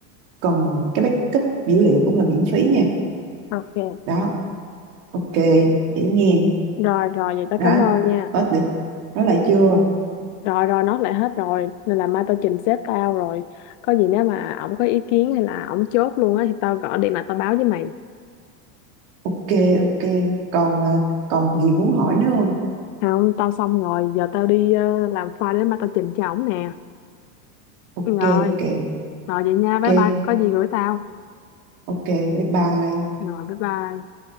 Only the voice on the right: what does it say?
còn cái backup dữ liệu cũng là miễn phí nha
đó ok dễ nghe
đó
hết lịch nói lại chưa
ok ok còn ờ, còn gì muốn hỏi nữa không
ok
ok
ok
ok bye bye